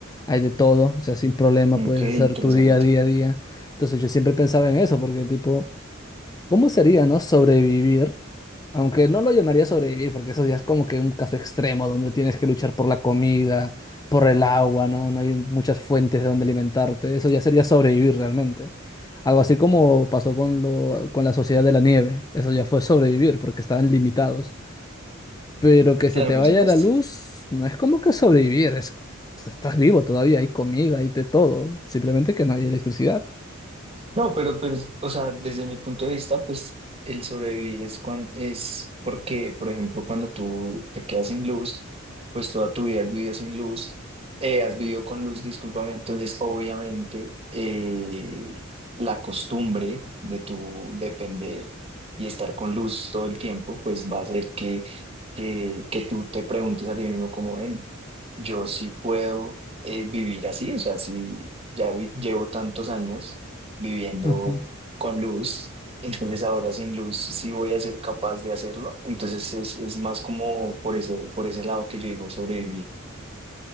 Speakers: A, on the left; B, on the right.
A: hay de todo, o sea, sin problema
B: Ok,
A: puedes
B: interesante.
A: hacer tu día, a día, a día. Entonces yo siempre pensaba en eso, porque tipo... ¿Cómo sería, no? Sobrevivir, aunque no lo llamaría sobrevivir, porque eso ya es como que un caso extremo donde tienes que luchar por la comida, por el agua, ¿no? No hay muchas fuentes de donde alimentarte. Eso ya sería sobrevivir realmente. Algo así como pasó con lo, con la Sociedad de la Nieve. Eso ya fue sobrevivir porque estaban limitados. Pero que se
B: Claro,
A: te
B: por
A: vaya
B: supuesto.
A: la luz, no es como que sobrevivir, es, pues, estás vivo todavía, hay comida, hay de todo. Simplemente que no hay electricidad.
B: No, pero, pues, o sea, desde mi punto de vista, pues el sobrevivir es, cuan- es porque, por ejemplo, cuando tú te quedas sin luz, pues toda tu vida has vivido sin luz, eh, has vivido con luz, discúlpame. Entonces, obviamente, eh, la costumbre de tu depender y estar con luz todo el tiempo, pues va a hacer que, que, que tú te preguntes a ti mismo, como ven, yo sí puedo eh, vivir así, o sea, si ya vi- llevo tantos años viviendo
A: Ujú.
B: con luz. Entonces ahora sin luz sí voy a ser capaz de hacerlo. Entonces es, es más como por eso, por ese lado que yo digo sobrevivir.